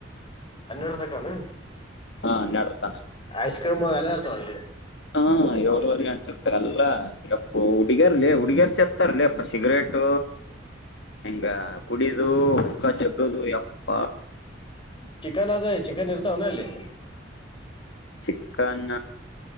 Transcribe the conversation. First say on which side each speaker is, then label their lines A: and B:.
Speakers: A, on the left; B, on the left.
A: ಅನ್ನೂರ ತಕಾನ
B: ಹಾ ನೆಡ್ರತಾನ
A: ಆಐಸ್ಕ್ರೀಮಾಗಲ್ಲತ ಅಲ್ಲಿ
B: ಹಾ ಏಳುವರೆ ಗಂಟತ ಅಲ್ಲ ಎಪ್ಪ ಹುಡುಗಿಯರ್ಲಿ ಹುಡುಗ್ಯರ್ಸತ್ತರ್ಲಿ ಅಪ್ಪ ಸಿಗರೇಟ್ ಹೆಂಗ ಕುಡಿದ ಉಕ್ಕ ಜಗ್ಗದು ಯಪ್ಪ
A: ಚಿಕನ್ ಅದ ಚಿಕನ್ ಇರ್ತಾವನ ಅಲ್ಲಿ.
B: ಚಿಕನ್